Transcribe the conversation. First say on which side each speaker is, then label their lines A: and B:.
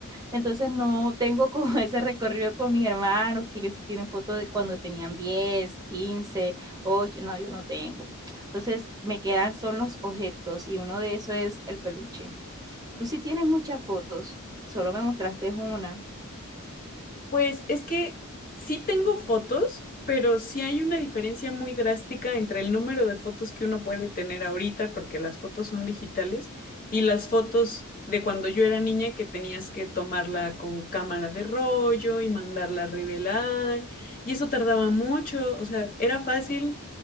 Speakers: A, on the right (about 20°); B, on the left (about 40°).
A: entonces no tengo como <laughs> ese recorrido con mis hermanos, que ellos sí tienen fotos de cuando tenían 10, 15, 8, no, yo no tengo. Entonces me quedan son los objetos y uno de esos es el peluche. Tú sí tienes muchas fotos, solo me mostraste una.
B: Pues es que sí tengo fotos, pero sí hay una diferencia muy drástica entre el número de fotos que uno puede tener ahorita, porque las fotos son digitales, y las fotos de cuando yo era niña que tenías que tomarla con cámara de rollo y mandarla a revelar, y eso tardaba mucho, o sea, era fácil